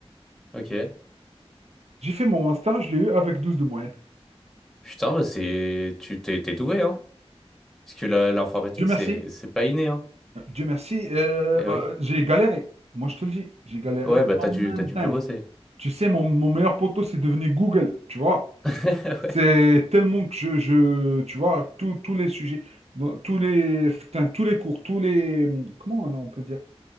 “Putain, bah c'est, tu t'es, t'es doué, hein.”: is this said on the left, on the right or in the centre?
Centre